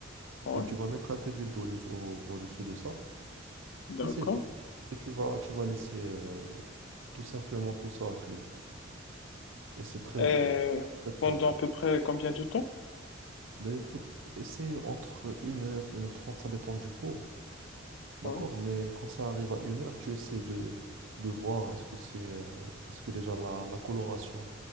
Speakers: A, on the left (about 60°); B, on the right (about 70°).
A: Ouais,
B: et tu vas mettre un peu d'huile d'olive au- au-dessus de ça,
A: d'accord.
B: et c'est tout. Et tu vas, tu vas laisser euh, tout simplement tout ça à cuire. Et c'est très
A: Et
B: bon, très très
A: pendant
B: bon.
A: à peu près combien de temps?
B: Mais écoute, essaie entre une heure une heure trente ça dépend du four, d'accord?
A: Ouais.
B: Mais quand ça arrive à une heure tu essaies de, de voir est-ce que c'est, euh, est-ce que déjà la, la coloration